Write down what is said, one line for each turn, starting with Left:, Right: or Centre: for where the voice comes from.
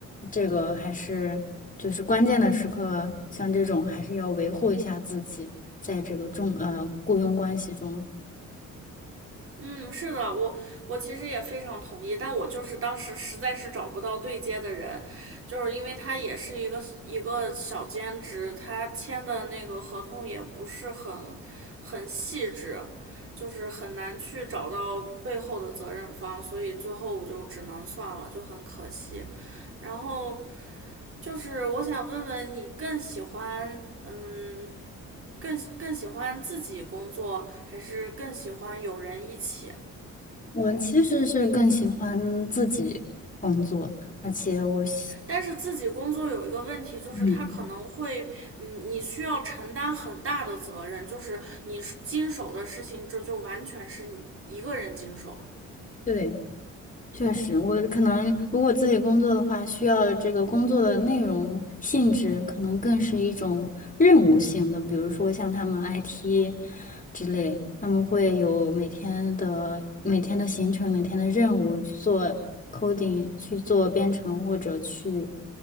Left: 这个还是就是关键的时刻，像这种还是要维护一下自己在这个重呃雇佣关系中。
Right: 嗯，是的，我我其实也非常同意，但我就是当时实在是找不到对接的人，就是因为他也是一个一个小兼职，他签的那个合同也不是很很细致，就是很难去找到背后的责任方，所以最后我就只能算了，就很可惜。然后就是我想问问你，更喜欢嗯，更更喜欢自己工作，还是更喜欢有人一起？
Left: 我其实是更喜欢自己工作，而且我喜
Right: 但是自己工作有一个问题，就是他可能会，
Left: 嗯
Right: 嗯，你需要承担很大的责任，就是你经手的事情，这就完全是你一个人经手的
Left: 对。确实，我可能如果自己工作的话，需要这个工作的内容性质可能更是一种任务性的，比如说像他们 IT 之类，他们会有每天的每天的行程、每天的任务去做 coding、去做编程或者去